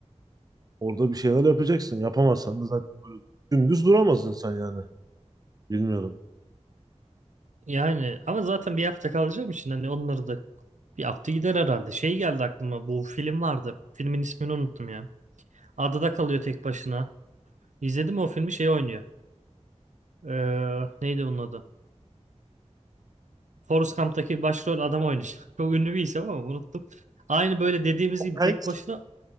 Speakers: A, on the right; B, on the right.
A: Orada bir şeyler yapacaksın. Yapamazsan da zaten böyle dümdüz duramaz insan yani. Bilmiyorum.
B: Yani ama zaten bir hafta kalacağım için hani onları da bir hafta gider herhalde. Şey geldi aklıma bu film vardı. Filmin ismini unuttum ya. Adada kalıyor tek başına. İzledim o filmi şey oynuyor. Ee, neydi bunun adı? Forrest Gump'taki başrol adam oynayacak. <laughs> Çok ünlü bir isim ama unuttum. Aynı böyle dediğimiz gibi tek
A: Evet.
B: başına